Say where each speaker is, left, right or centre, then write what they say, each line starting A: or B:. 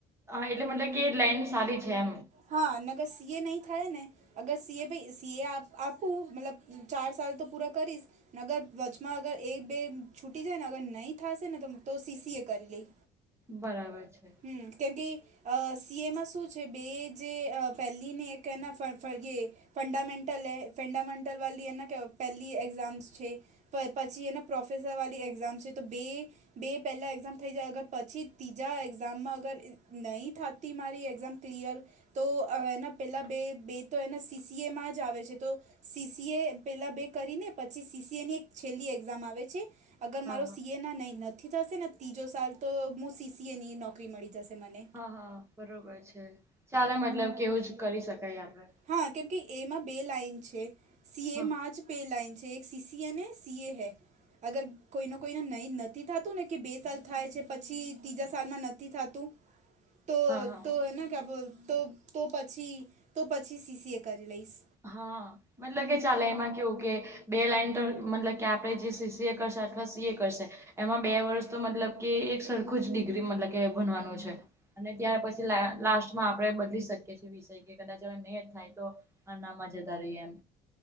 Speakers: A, on the right (about 15°); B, on the right (about 45°).
A: એટલે મતલબ કે લાઈન સારી છે એમ
B: હા નગર સી એ નહી થાય ને અગર સીએ ભાઈ સીએ આપ આપું મતલબ ચાર સલ તો પૂરા કરીશ ને અગર વચમાં અગર એક બે છૂટી જાય ને અગર નહીં થશે ને તો તો સીસી એ કરી લઈ
A: બરાબર છે
B: હમ કેમ કે અ સી એમાં શું છે બે જે પહેલીનેના ફરીએ ફંડામેન્ટલ એ ફંડામન્ન્ટલ વાી એને કે પહેલી એક્ઝામ્સ છે પછી એના પ્રોફેસર વાળી એક્ઝામ છે તો બે બે પહેલા એક્ઝામ થઈ જાય અગર પછી ત્રીજા એક્ઝામમાં અગર નહી થતી મારી એક્ઝામ ક્લિયર તો એના પેલા બે બે તો એના સીસીએમાં જ આવે છે તો સીસીએ પેલા બે કરી ને પછી સીસીએ ની એક છેલ્લી એક્ઝામ આવે છે અગર
A: હા
B: મારો
A: હા
B: સી એ ના નહીં નથી થશે ને ત્રીજો સાલ તો હું સીસીએ ની નોકરી મળી જશે મને
A: હ હા બરોબર છે ચાલે મતલબ કેવું જ કરી શકાય આપડે
B: હા કેમ કે એમાં બે લાાઈન છે સી
A: હા
B: એમાં જ બે લાઈન છે અછે એક સીસીીએન અને સી એ હૈ અગર કોઈને કોઈને નહીં નથી થતું ને કે બે સાલ થાય છે પછી ત્રીજા સાલમાં નથી થતું.. <inaudible> તો
A: હા હા
B: તો હેને ક્યા બોલ તો તો પછી તો પછી સીસીએ કરી લઈશ.
A: હા. મતલબ કે ચાલે એમાં કેવું કે બે લાઈન તો મતલબ કે આપણે જે સી સએ કરશે અથવા સી એ કરશે. એમાં બે વર્ષ તો મતલબ કે એક સરખું જ ડિગ્રી મતલબ કે ભનવાનું છે. અને ત્યાર પછી લાસ્ટમાં આપણે બદલી શકીએીએ વિષય કે કદાચ હવે નહી થાય તો. આ ના મજાદ રહીએ એમ.